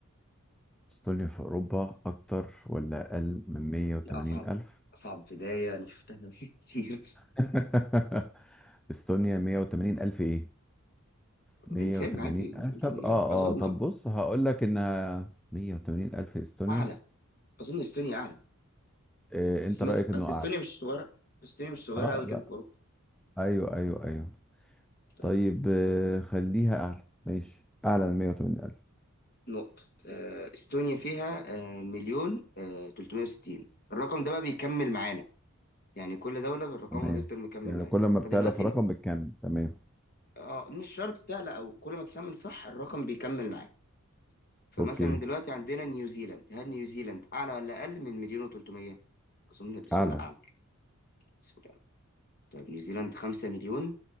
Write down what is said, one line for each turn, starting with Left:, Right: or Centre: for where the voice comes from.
Centre: استونيا في أوروبا أكتر ولا أقل من 180
Left: دي أصعب
Centre: ألف؟
Left: أصعب بداية أنا شفتها <laughs> كتير
Centre: <laughs> استونيا 180 ألف إيه؟ 180
Left: إنسان عادي
Centre: ألف
Left: 180
Centre: طب آه
Left: ألف أظن
Centre: آه طب بص هقول لك إنها 180 ألف استونيا
Left: أعلى أظن إستونيا أعلى
Centre: إيه
Left: بس
Centre: أنت
Left: مت...
Centre: رأيك إنه
Left: بس
Centre: أعلى؟
Left: إستونيا مش صغيرة إستونيا مش صغيرة
Centre: آه
Left: أوي كده
Centre: لا
Left: في أوروبا
Centre: أيوه أيوه أيوه
Left: طيب،
Centre: طيب آه، خليها أعلى ماشي أعلى من 180 ألف
Left: نقطة آه، إستونيا فيها آه، مليون آه، 360 الرقم ده بقى بيكمل معانا يعني كل دولة بالرقمها
Centre: تمام
Left: بيفضل مكمل
Centre: يعني
Left: معاك
Centre: كل ما بتعلى
Left: فدلوقتي
Centre: الرقم بالكم تمام
Left: اه مش شرط تعلى او كل ما تسمن صح الرقم بيكمل معاك فمثلا
Centre: اوكي
Left: دلوقتي عندنا نيوزيلاند هل نيوزيلاند اعلى ولا اقل من مليون و300 اظن بسهولة
Centre: اعلى
Left: اعلى بسهولة أعلى. طيب نيوزيلاند 5 مليون